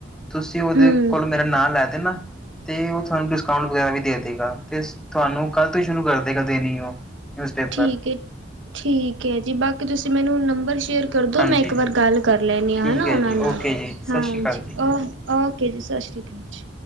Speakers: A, in the centre; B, on the right.
A: ਤੁਸੀਂ ਉਹਦੇ
B: ਹਮ
A: ਕੋਲ ਮੇਰਾ ਨਾਂ ਲੈ ਹੈਨਾ, ਤੇ ਉਹ ਤੁਹਾਨੂੰ ਡਿਸਕਾਊਂਟ ਵਗੈਰਾ ਵੀ ਦੇ ਦੇਗਾ ਤੇ ਸ ਤੁਹਾਨੂੰ ਕੱਲ੍ਹ ਤੋਂ ਹੀ ਸ਼ੁਰੂ ਕਰ ਦੇਖਦੇ ਨਹੀਂ ਉਹ। ਨਿਊਜ਼ਪੇਪਰ
B: ਠੀਕ ਹੈ, ਠੀਕ ਹੈ ਜੀ ਬਾਕੀ ਕਿ ਤੁਸੀਂ ਮੈਨੂੰ ਨੰਬਰ ਸ਼ ਸ਼ੇਅਰ ਕਰਦਉ
A: ਹਾਂਜੀ
B: ਮੈਂ ਇੱਕ
A: ਹਾਂਜੀ
B: ਵਾਰ ਗੱਲ ਕਰ ਲੈਂਨੀ ਹਾਂ,
A: ਠੀਕ
B: ਹੈਨਾ
A: ਹੈ
B: ਉਹਨਾਂ
A: ਜੀ
B: ਨਾਲ
A: ਓਕੇ ਜੀ ਸਤਿ
B: ਹਾਂਜੀ,
A: ਸ਼੍ਰੀ ਅਕਾਲ ਜੀ
B: ਓਕੇ ਜੀ ਸਤਿ ਸ਼੍ਰੀ ਅਕਾਲ ਜੀ।